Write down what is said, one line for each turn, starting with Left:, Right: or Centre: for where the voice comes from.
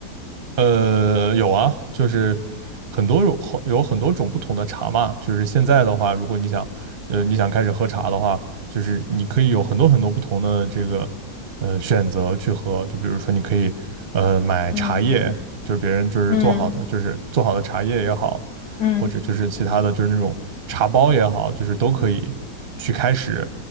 Right: 呃，有啊，就是很多种，有很多种不同的茶嘛。就是现在的话，如果你想，呃，你想开始喝茶的话，就是你可以有很多很多不同的这个，呃，选择去喝。就比如说，你可以，呃，买茶叶，
Left: 嗯
Right: 就是别人就是做好的，
Left: 嗯
Right: 就是做好的茶叶也好，
Left: 嗯
Right: 或者就是其他的就是那种茶包也好，就是都可以去开始